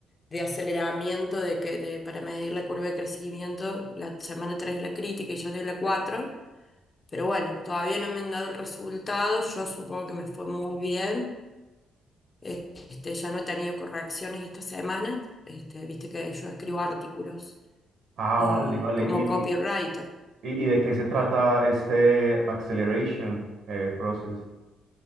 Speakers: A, on the left (about 30°); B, on the right (about 70°).
A: de aceleramiento de que, de, para medir la curva de crecimiento, la semana 3 es la crítica y yo doy la cuatro, pero bueno, todavía no me han dado el resultado, yo supongo que me fue muy bien. Este, ya no he tenido correcciones esta semana. Este, viste que yo escribo artículos
B: Ah,
A: eh,
B: vale, vale.
A: como
B: ¿Y, y,
A: copywriter.
B: y- y de qué se trata este acceleration eh, process?